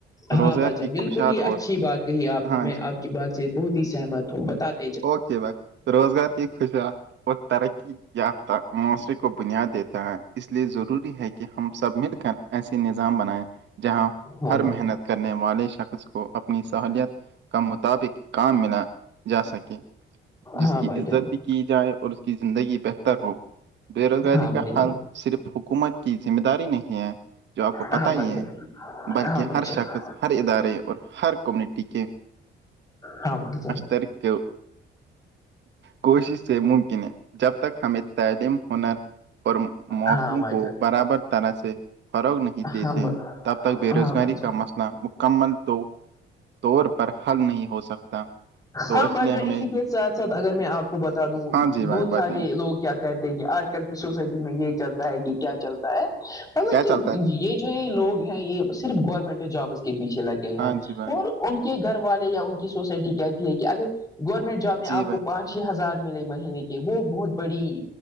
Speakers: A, on the left (about 20°); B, on the right (about 65°).
A: ہاں
B: روزگار
A: بھائی جان
B: کی
A: بالکل
B: خوشحال
A: ہی
B: اور
A: اچھی بات کہی آپ نے
B: ہاں
A: میں
B: جی
A: آپ کی بات سے بہت ہی سہمت ہوں بتات
B: اوکے بائے روزگار کی خوشیاات اور ترقی یافتہ معاشرے کو بنیاد دیتا ہے اس لیے ضروری ہے کہ ہم سب مل کر ایسی نظام بنیں جہاں
A: ہاں بھائی
B: ہر محنت کرنے والے شخص کو اپنی سہولت کے مطابق کام ملا جا سکے جس
A: ہاں
B: کی
A: بھائی
B: عزت
A: جان
B: بھی کی جائے اور اس کی زندگی بہتر ہو بے روزگاری
A: ہاں
B: کا
A: بھائی جان
B: حال صرف حکومت کی ذمہ داری نہیں ہے جو آپ کو
A: ہاں
B: پتا
A: بھائی
B: ہی ہے
A: جان
B: بلکہ
A: ہاں بھائی
B: ہر
A: جان
B: شخص ہر ادارے اور ہر کمیونٹی کے
A: ہاں بھائی جان
B: دریکو کوشش سے ممکن ہے جب تک ہمیں تعلیم ہنر اور موقوں
A: ہاں بھائی
B: کو
A: جان
B: برابر طرح سے فروغ نہیں دیتے
A: ہاں
B: تب تک بے روزگاری
A: ہاں بھائی جان
B: کا مسئلہ مکمل تو طور پر حل نہیں ہو سکتا تو
A: ہاں
B: اس
A: باجا
B: لیے ہمیں
A: اسی کے ساتھ ساتھ اگر میں آپ کو بتا دوں
B: ہاں جی بھائی
A: بہت
B: بتائیں
A: سارے لوگ کیا کہتے ہیں کہ آج کل کی سوسائٹی میں یہ چلتا ہے کہ کیا چلتا ہے مطلب
B: کیا
A: کہ
B: چلتا
A: یہ
B: ہے
A: لوگ ہیں یہ صرف گورنمنٹ جابس کے پیچھے لگے ہیں
B: ہاں جی بھائی
A: اور ان کے گھر والے یا ان کی سوسائٹی کہتی ہے کہ اگر گورنمنٹ جاب میں
B: جی
A: آپ
B: بھائی
A: کو پانچ چھ ہزار ملے مہینے کے وہ بہت بڑی